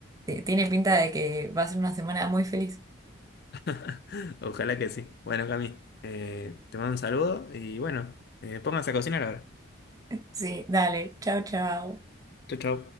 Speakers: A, on the right (about 15°); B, on the left (about 50°).
A: eh, tiene pinta de que va a ser una semana muy feliz.
B: <laughs> Ojalá que sí. Bueno, Cami, eh, te mando un saludo y bueno, eh, pónganse a cocinar ahora.
A: Sí, dale. Chao, chao.
B: Chau, chau.